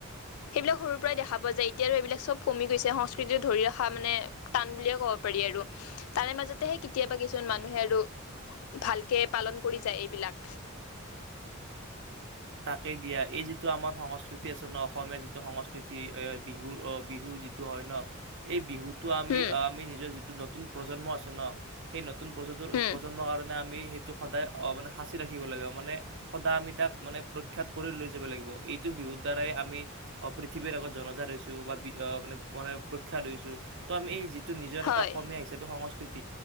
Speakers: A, on the left; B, on the right.
A: সেইবিলাক সৰুৰ পৰাই দেখা পোৱা যায় এতিয়াো এইবিলাক চব কমি গৈছে সংস্কৃতি ধৰি ৰখা মানে টান বুলে ক'ব পাৰি আৰু তাৰে মাজতেহে কেতিয়াবা মানুহে আৰু ভালকে পালন কৰি যায় এইবিলাক
B: তাকে দিয়া এই যিটো আমাৰ সংস্কৃতি আছে ন অসমীয়া যিটো সংস্কৃতি বিহুৰ বিহু যিটো হয় ন এই বিহুত আমি
A: হম
B: আমি নিজৰ যিটো ন নতুন প্ৰজন্ম আছে ন সেই নতু নতুন প্ৰ
A: হম
B: প্ৰজন্মৰ কাৰণে আমি সেই টো সদায় অ মানে সাঁচি ৰাখিব লাগিব মানে সদায় আমি তাক মানে প্ৰখ্যাত কৰি লৈ যাব লাগিব এইটো বিহুৰ দ্বাৰাই আমি পৃথিৱীৰ আগত জনজাত হৈছোঁ বা বি মানে মানে প্ৰখ্যাত হৈছোঁ তো আমি এই যি নিজৰ
A: হয়
B: এটা অসমীয়া হিাপে সংস্কৃত